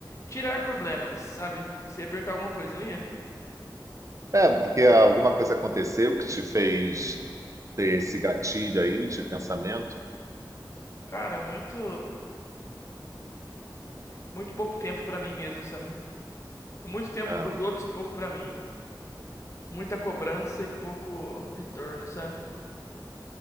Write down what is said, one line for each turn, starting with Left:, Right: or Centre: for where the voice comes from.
Left: tirar problemas, sabe? Você ia perguntar alguma coisa, não ia?
Right: É, porque alguma coisa aconteceu que te fez ter esse gatilho aí de pensamento?
Left: Cara, muito. Muito pouco tempo pra mim mesmo, sabe? Muito tempo
Right: É.
Left: para os outros e pouco para mim. Muita cobrança e pouco retorno, sabe?